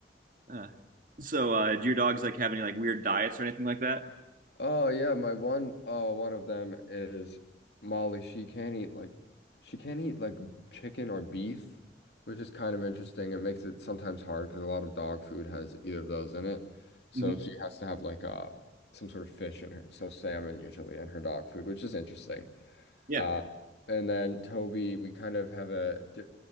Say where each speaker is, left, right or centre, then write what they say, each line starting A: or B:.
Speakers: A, on the right; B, on the left.
A: Uh, so uh, do your dogs like have any like weird diets or anything like that?
B: Oh yeah, my one oh one of them is Molly. She can't eat like she can't eat like chicken or beef, which is kind of interesting. It makes it sometimes hard because a lot of dog food has either of those in it. So
A: hmm
B: she has to have like uh some sort of fish in her, so salmon usually in her dog food, which is interesting.
A: Yeah.
B: Uh, and then Toby, we kind of have a di-